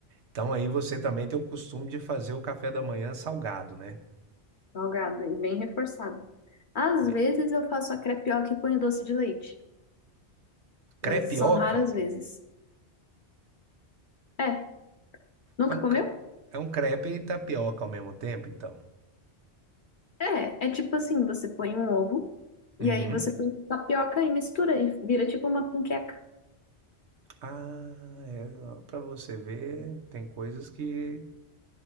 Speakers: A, on the right; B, on the left.
A: Então aí você também tem o costume de fazer o café da manhã salgado, né?
B: salgado e bem reforçado. Às
A: Bem,
B: vezes eu faço a crepioca e ponho doce de leite, mas
A: crepioca
B: são raras vezes. É, nunca
A: é um,
B: comeu?
A: cre- é um crepe e tapioca ao mesmo tempo, então.
B: É, é tipo assim, você põe um ovo e
A: Uhum.
B: aí você põe tapioca e mistura e vira tipo uma panqueca.
A: Ah, é, para você ver, tem coisas que,